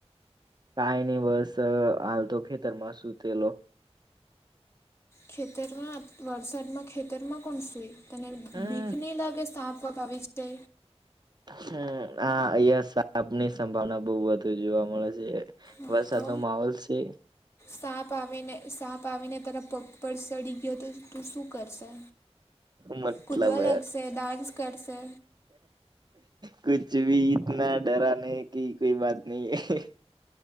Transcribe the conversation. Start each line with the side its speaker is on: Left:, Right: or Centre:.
Right: કઈ નહી બસ હાલ તો ખેતર માં સુતેલો
Left: ખેતરમાં વરસાદમાં ખેતરમાં કોણ સુઈ તને
Right: હમ
Left: ભીખની લાગે સાપ આપવા આવી આવી છે
Right: હમ આ અહિયાં સાાપ ની સંભાવના બહુ વધુ જોવા મળે છે
Left: હા
Right: વરસાદનો
Left: તો
Right: માહોલ છે
Left: સાપ આવીને સાપ આવીને તારા પર સડી ગયા તો ત શું? કરશે
Right: મતલબ
Left: કુદવા લાગશે ડાન્સ કરશે?
Right: કુછ ભી ઇતના ડરાને કે કોઈ બાત નહી હૈ.